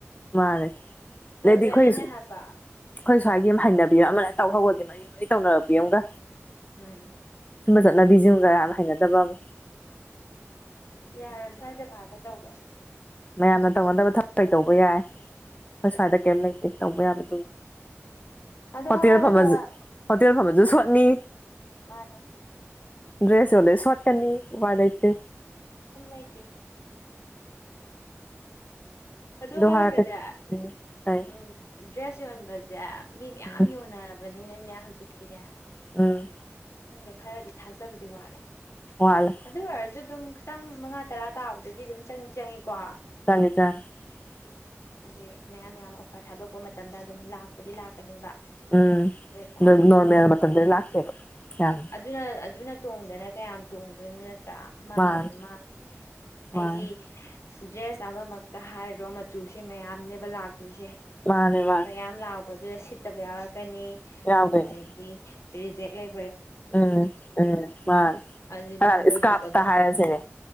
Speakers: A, on the left (about 30°); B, on the left (about 65°).
A: ꯃꯥꯅꯦ ꯑꯗꯩꯒꯤ
B: ꯇꯧꯖꯔꯤꯅꯦ
A: ꯑꯩꯈꯣꯏ ꯑꯩꯈꯣꯏ
B: ꯍꯥꯏꯕ
A: ꯁ꯭ꯋꯥꯏꯒꯤ ꯍꯩꯅꯕꯤ ꯑꯃ ꯑꯗꯨꯃꯥꯏꯅ ꯇꯧꯍꯧꯒ꯭ꯔꯗꯤ ꯃꯔꯤ ꯃꯔꯤ ꯇꯧꯅꯔꯛꯄꯤ ꯑꯃꯒ
B: ꯎꯝ
A: ꯁꯨꯝꯕ ꯆꯠꯅꯕꯤꯁꯤꯒ ꯍꯩꯅꯗꯕꯕꯨ
B: ꯌꯥꯔꯣꯏ ꯁ꯭ꯋꯥꯏ ꯖꯒꯥꯗ ꯇꯧꯕ
A: ꯃꯌꯥꯝꯅ ꯇꯧꯅꯗꯕ ꯊꯕꯛ ꯀꯩ ꯇꯧꯕ ꯌꯥꯏ ꯑꯩꯈꯣꯏ ꯁ꯭ꯋꯥꯏꯗ ꯀꯩꯝ ꯂꯩꯇꯦ ꯇꯧꯕ ꯌꯥꯕ
B: ꯑꯗꯣ
A: ꯍꯣꯇꯦꯜ
B: ꯍꯥꯏꯔꯒ
A: ꯐꯝꯃꯖꯨ ꯍꯣꯇꯦꯜ ꯐꯝꯃꯖꯨ ꯁꯣꯠꯅꯤ
B: ꯃꯥꯅꯦ
A: ꯗ꯭ꯔꯦꯁ ꯌꯣꯜꯂꯦ ꯁꯣꯠꯀꯅꯤ ꯎꯄꯥꯏ ꯂꯩꯇꯦ
B: ꯍꯨꯝ ꯂꯩꯇꯦ ꯑꯗꯨ ꯍꯥꯏꯔꯒꯅꯦ
A: ꯍꯥꯏꯔꯛꯀꯦ ꯎꯝ ꯐꯩ
B: ꯎꯝ ꯗ꯭ꯔꯦꯁ ꯌꯣꯟꯕꯁꯦ ꯃꯤ ꯃꯌꯥꯝ
A: ꯎꯝ
B: ꯌꯣꯟꯅꯔꯕꯅꯤꯅꯅꯦ ꯍꯧꯖꯤꯛꯇꯤꯅꯦ
A: ꯎꯝ
B: ꯈꯪꯗꯦ ꯈꯔꯗꯤ ꯊꯥꯖꯕꯗꯤ ꯋꯥꯠꯂꯦ
A: ꯋꯥꯠꯂꯦ
B: ꯑꯗꯨ ꯑꯣꯏꯔꯁꯨ ꯑꯗꯨꯝ ꯈꯤꯇꯪ ꯃꯉꯥ ꯇꯔꯥ ꯇꯥꯕꯗꯨꯗꯤ ꯑꯗꯨꯝ ꯆꯪꯗꯤ ꯆꯪꯉꯤꯀꯣ
A: <unintelligible>
B: ꯑꯩꯗꯤ ꯃꯌꯥꯝ ꯃꯌꯥꯝ ꯑꯣꯐꯔ ꯊꯥꯗꯣꯛꯄ ꯃꯇꯝꯗ ꯑꯗꯨꯝ ꯂꯥꯛꯄꯗꯤ ꯂꯥꯛꯀꯅꯦꯕ
A: ꯎꯝ
B: ꯑꯗꯨ ꯑꯣꯏꯇꯥꯔꯁꯨ
A: ꯅꯣꯔꯃꯦꯜ ꯃꯇꯝꯗꯗꯤ ꯂꯥꯛꯇꯦꯕ ꯌꯥꯝ
B: ꯑꯗꯨꯅ ꯑꯗꯨꯅ ꯇꯣꯡꯗꯅ ꯀꯌꯥꯝ ꯇꯣꯡꯗꯣꯏꯅꯣ ꯅꯠ ꯇ꯭ꯔꯥ ꯃꯥꯡꯕꯨꯗꯤ
A: ꯃꯥꯅꯦ
B: ꯃꯥꯡ ꯑꯩꯗꯤ
A: ꯃꯥꯅꯦ
B: ꯗ꯭ꯔꯦꯁ ꯑꯃꯃꯛꯇ ꯍꯥꯏꯔꯣ ꯃꯆꯨꯁꯦ ꯃꯌꯥꯝꯅꯦꯕ ꯂꯥꯛ ꯇꯨꯏꯁꯦ
A: ꯃꯥꯅꯦ ꯃꯥꯅꯦ
B: ꯃꯌꯥꯝ ꯂꯥꯛꯄꯗꯨꯗ ꯁꯤꯠꯇꯕ ꯌꯥꯎꯔꯛꯀꯅꯤ
A: ꯌꯥꯎꯗꯣꯏꯅꯦ
B: ꯑꯗꯒꯤ ꯔꯤꯖꯦꯛ ꯂꯩ
A: ꯎꯝ ꯎꯝ ꯃꯥꯅꯤ
B: ꯑꯗꯨꯗꯤ ꯃꯣꯏꯒꯤ
A: ꯏꯁꯀꯥꯞꯇ
B: ꯑꯗꯨꯝ
A: ꯍꯥꯏꯔꯁꯤꯅꯦ